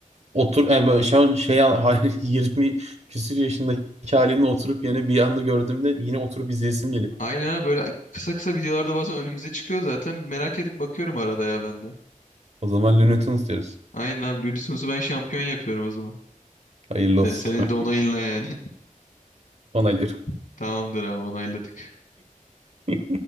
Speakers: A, on the right (about 55°); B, on the left (about 85°).
A: Otur e, böyle şu an şey al- <laughs> 20 küsür yaşındaki halimle oturup yine bir anda gördüğümde yine oturup izleyesim gelip.
B: Aynen abi böyle kısa kısa videolarda bazen önümüze çıkıyor zaten. Merak edip bakıyorum arada ya ben de.
A: O zaman Looney Tunes deriz.
B: Aynen abi Looney Tunes'u ben şampiyon yapıyorum o zaman.
A: Hayırlı
B: De,
A: olsun.
B: senin
A: <laughs>
B: de onayınla yani.
A: Onaylıyorum.
B: <laughs> Tamamdır abi onayladık.
A: <laughs>